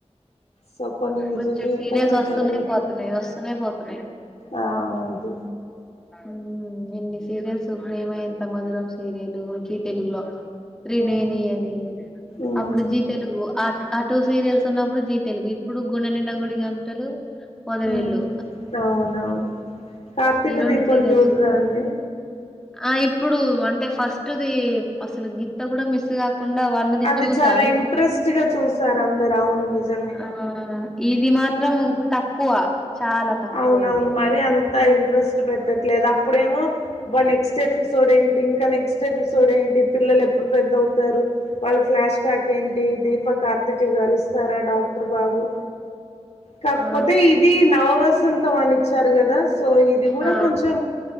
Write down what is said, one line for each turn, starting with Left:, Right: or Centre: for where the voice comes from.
Left: సో కొన్ని నిజ
Centre: బొచ్చడు
Left: జీవితంలో
Centre: సీరియల్స్ వస్తున్నాయి
Left: జరిగేటీవీ
Centre: పోతున్నాయి వస్తున్నాయి పోతున్నాయి
Left: ఆ అది
Centre: ఉమ్ ఎన్ని సీరియల్స్ ప్రేమ ఎంత మధురం సీరియల్ లు జి తెలుగులో త్రినేని
Left: ఉమ్
Centre: అని
Left: ఉమ్
Centre: అప్పుడు G Telugu at at two serials ఉన్నప్పుడు జీ తెలుగు ఇప్పుడు గుండె నిండ గుడి గంటలు పొదరిల్లు
Left: ఉమ్ అవునవును కార్తీక
Centre: ఈ రెండు
Left: దీపం
Centre: సీరియల్స్
Left: చూడరా
Centre: చూస్తాం
Left: అండి.
Centre: ఆ ఇప్పుడు అంటే ఫస్ట్ ఫస్ట్ ది అసలు గింత గూడా మీస్ గాక్ తప్పకుండా వన్ ది
Left: అది
Centre: చూసాం
Left: చాలా
Centre: ఇప్పుడు
Left: ఇంట్రెస్ట్ గా చూసారు అందరు అవును నిజమే
Centre: ఆ ఇది మాత్రం క్కువా చాలా తక్కువైయింది.
Left: అవునవును మరి అంత ఇంట్రెస్ట్ పెట్టట్లేదు. అప్పుడేమో అబ్బా నెక్స్ట్ ఎఫిసోడ్ ఏంటి? ఇంకా నెక్స్ట్ నక్స్ట్ ఎపిసోడ్ ఏంటి పిల్లలు ఎప్పుడు పెద్దవుతారు. వాళ్ళ ఫ్లాష్ బ్యాక్ ఏంటి దీపా కార్తీకులు కలుస్తారా? డాక్టర్ బాబు కాకపోతే
Centre: ఆ
Left: ఇది నవ వస్ సంతం అని ఇచ్చారు. కదా సో ఇది కూడా
Centre: ఆ, ఆ.
Left: కొంచెం